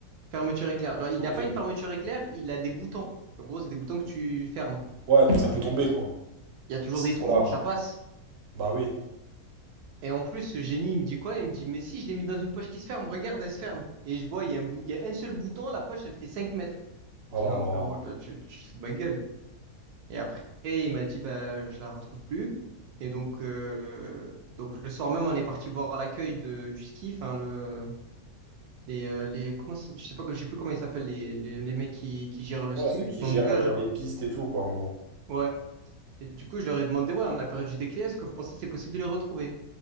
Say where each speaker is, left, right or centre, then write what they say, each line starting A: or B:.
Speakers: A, on the right; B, on the right.
A: fermeture éclair. Genre, il
B: Ok.
A: n'a pas une fermeture éclair, il a des boutons. En gros, c'est des boutons que tu fermes.
B: Ouais, donc ça
A: Du
B: peut tomber,
A: coup, il
B: quoi.
A: il y a toujours
B: si
A: des
B: C'est trop
A: trous,
B: large.
A: ça passe.
B: Bah oui.
A: Et en plus, ce génie, il me dit quoi? Il me dit, mais si je l'ai mis dans une poche qui se ferme, regarde, elle se ferme. Et je vois, il y a un bout, il y a un seul bouton, la poche, elle fait 5 mètres. Je
B: Oh
A: dis,
B: là
A: non,
B: là.
A: frérot, toi, tu, tu te fous de ma gueule. Et après, il m'a dit, bah, je la retrouve plus. Et donc, euh, donc le soir même, on est parti voir l'accueil de, du ski, enfin, le, les, euh, les, comment, ça- je sais pas, je sais plus comment ils s'appellent, les, les, les mecs qui, qui gèrent le
B: Ouais,
A: ski.
B: ceux qui
A: Mais
B: gèrent
A: en tout cas,
B: euh,
A: genre,
B: les pistes et tout, quoi, en gros.
A: ouais. Et du coup, je leur ai demandé, ouais, on a perdu des clés, est-ce que vous pensez que c'est possible de les retrouver?